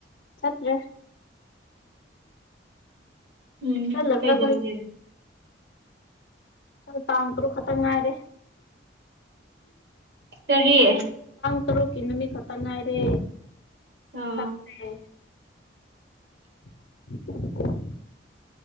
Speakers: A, on the left; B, on the right.
A: ꯁꯠ꯭ꯔꯦ
B: ꯎꯝ
A: ꯆꯠꯂꯔꯣꯏ
B: ꯀꯩꯗ ꯑꯣꯏꯒꯦꯔꯦ
A: ꯆꯣ ꯇꯥꯡꯈꯣ ꯈꯇꯪ ꯉꯥꯏꯔꯦ
B: ꯀꯔꯤꯌꯦ
A: ꯇꯔꯣ ꯀ ꯅꯨꯃꯤ ꯈꯠꯇ ꯉꯥꯏꯔꯦ
B: ꯑꯣ
A: ꯆꯠ꯭ꯔꯦ <inaudible>